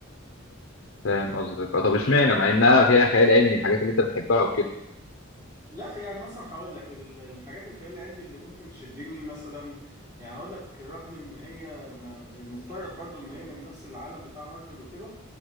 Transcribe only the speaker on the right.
لا يعني مثلا هقول لك ال- الحاجات الخيال العلمي اللي ممكن تشدني مثلا يعني هقول لك رغم ان هي ما- المفترض برضو ان هي من نفس العالم بتاع مارفل وكده